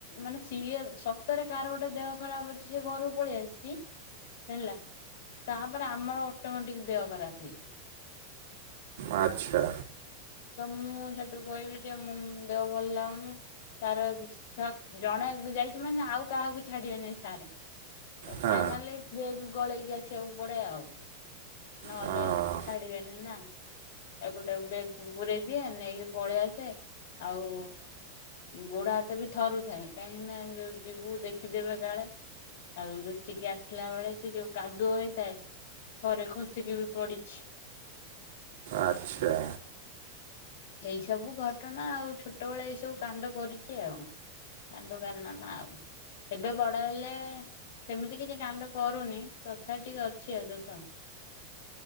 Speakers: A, on the left; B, on the right.
A: ମାନେ ସିଏ ସତରେ କାହାର ଗୋଟେ ଦେହ ଖରାପ୍ ଅଛି ସିଏ ଘରକୁ ପଳେଇ ଆସିଛି ହେଲା ତାପରେ ଆମର ଅଟୋମେଟିକ୍ ଦେହ ଖରାପ୍ ହେଇଯିବ।
B: ଆଚ୍ଛା।
A: ତ ମୁଁ ସେଠୁ କହିବି ଯେ ମୁଁ ମୋ ଦେହ ଭଲ୍ ଲାଗୁନି। ସାର୍ ଆଉ ଜଣେ ଯାଇଛି ମାନେ ଆଉ କାହାକୁ ଛାଡିବେନି ସାରେ। ତ
B: ହଁ
A: ଫାଇନାଲି ବେଗେ ଗଳେଇକି ଆସିବାକୁ ପଡ଼େ ଆଉ ନହେଲେ
B: ହଁ
A: ଛାଡ଼ି ବେନି ନା ଏପଟେ ଆଉ ବେଗକୁ ପୁରେଇ ଦିଏ ନେଇକି ପଳେଇ ଆସେ। ଆଉ ଗୋଡ଼ ହାତ ବି ଥରୁଥାଏ କାହିଁକି ନା ଯୋଉ ଯିବୁ ଦେଖି ଦେବେ କାଳେ। ଆଉ ଲୁଚିକି ଆସିଲା ବେଳେ ସେ ଯୋଉ କାଦୁଅ ହେଇଥାଏ। ଥରେ ଖସିକି ବି ପଢ଼ିଛି।
B: ଆଚ୍ଛା।
A: ଏଇ ସବୁ ଘଟଣା ଆଉ ଛୋଟ ବେଳେ ଏଇ ସବୁ କାଣ୍ଡ କରିଛି ଆଉ। କାଣ୍ଡ କାର୍ଣ୍ଣମା ଆଉ ଏବେ ବଡ଼ ହେଲେ ସେମିତି କିଛି କାଣ୍ଡ କରୁନି ତଥାପି ଟିକେ ଅଛି ଆଉ ଦୋଷ।